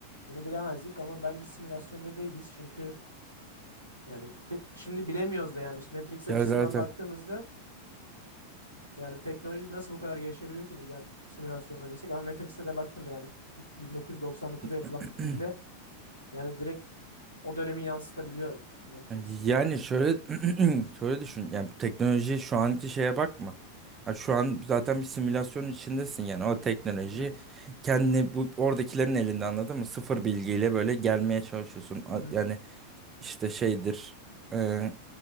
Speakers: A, on the left; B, on the right.
A: bunu bilemezdik ama bence simülasyonda değiliz. Çünkü yani te- şimdi bilemiyoruz da yani Matrix açısından
B: Ya zaten
A: baktığımızda Yani teknoloji nasıl bu kadar gelişebilir ki diyeceğim simülasyonda değilsek ama Matrix'te de baktığında yani ilk 1999'da yapılan
B: <clears throat>
A: bir filmde yani direkt o dönemi yansıtabiliyoruz Matrix.
B: Yani şöyle <clears throat> şöyle düşün. Yani teknoloji şu anki şeye bakma. Ha, şu an zaten bir simülasyonun içindesin yani o teknoloji
A: Evet.
B: kendini bu oradakilerin elinde anladın mı? Sıfır bilgiyle böyle gelmeye çalışıyorsun. A-
A: Hı-hı.
B: Yani işte şeydir. e,